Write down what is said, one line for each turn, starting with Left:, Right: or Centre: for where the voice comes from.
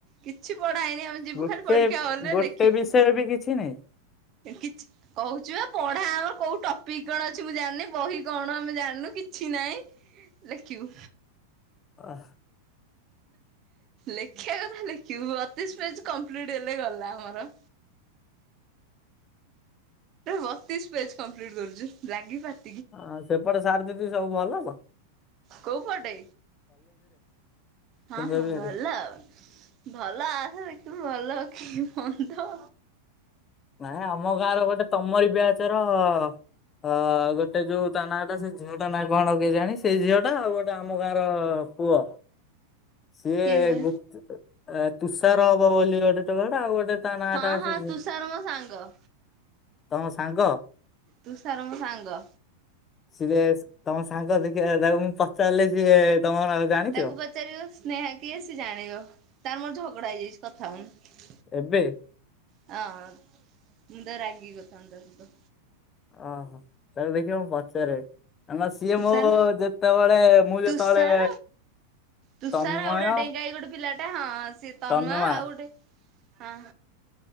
Right: କିଛି ପଢାହେଇନି ଆମେ ଯିବୁ
Left: ଗୋଟେ
Right: ଖାଲି ପରୀକ୍ଷା ହଲରେ
Left: ଗୋଟେ
Right: ଲେଖିବୁ।
Left: ବିଷୟ ବି କିଛି ନାହିଁ।
Right: କିଛି କହୁଛିବା। ପଢା ଆମର କୋଉ ଟପିକି କଣ ଅଛି ମୁଁ ଜାଣିନି ବହି କଣ ଆମେ ଜାଣିନୁ କିଛି ନାହିଁ। ଲେଖିବୁ।
Left: ହଁ।
Right: ଲେଖିବା କଥା ଲେଖିବୁ ବତିଶି ପେଜେ୍ କଂପ୍ଲିଟ୍ ହେଲେ ଗଲା ଆମର।
Left: <inaudible>
Right: ବତିଶ ପେଜ କମ୍ପ୍ଲିଟ କରୁଚୁ ଲାଗିପାତି।
Left: ହଁ ସେପଟେ ସାର ଦିଦି ସବୁ ଭଲତ?
Right: କୋଉ ପଟେ? ହଁ
Left: କୁଞ୍ଜବିହାରୀ?
Right: ହଁ ଭଲ ଆଉ ଭଲ ଆସେ ଭଲ କି ମନ୍ଦ?
Left: ନାଇଁ ଆମ ଗାଁର ଗୋଟେ ତମରି ବିଆଚର ଅ ଗୋଟେ ଗୋଟେ ଯୋଉ ତା ନାଁଟା ସେ ଝିଅଟା ନାଁ କଣ କେଜାଣି ସେଇ ଝିଅ ଟା ଆଉ ଗୋଟେ ଆମ ଗାଁର ପୁଅ ସିଏ
Right: କିଏ ବେ
Left: ଗୁତେ ଅ ତୁଷାର ହବ ବୋଲି ଗୋଟେ ତଡାଟା ଆଉ ଗୋଟେ ତା ନାଁଟା
Right: ହଁ ହଁ
Left: ସେ ଝିଅ
Right: ତୁସାର ମଁ ସାଙ୍ଗ।
Left: ତମ ସାଙ୍ଗ?
Right: ତୁସାର ମୋ ସାଙ୍ଗ।
Left: ସିଏ ତମ ସାଙ୍ଗ ଦେଖିବା ତାକୁ ମୁଁ ପଚାରିଲେ ସିଏ ତମ ନାଁ ଜାଣିଥିବ?
Right: ତାକୁ ପଚାରିବ ସ୍ନେହା କି ଆସି ଜାଣିବ ତାର ମୋର ଝଗଡା ହେଇଯାଇଛି କଥା ହଉନି।
Left: ଏବେ?
Right: ହଁ ମୁଁ ତା ରାଗିକି କଥା ହଉନି ତା ସହିତ।
Left: ଓୋ ହୋ ତାକୁ ଦେଖିବା ମୁଁ ପଚାରେ? ହେ ସିଏ
Right: ତୁଷାର
Left: ହୋ ଯେତେବେଳେ ମୁଁ
Right: ତୁଷାର
Left: ଯେତେବେଳେ
Right: ତୁଷାର
Left: ତନ୍ମୟ
Right: ଆଉ ଗୋଟେ ଡେଙ୍ଗାଇ ଗୋଟେ ପିଲାଟା ହଁ ସେ ତନ୍ମୟ
Left: ତନ୍ମା
Right: ଆଉ ଗୋଟେ ହଁ।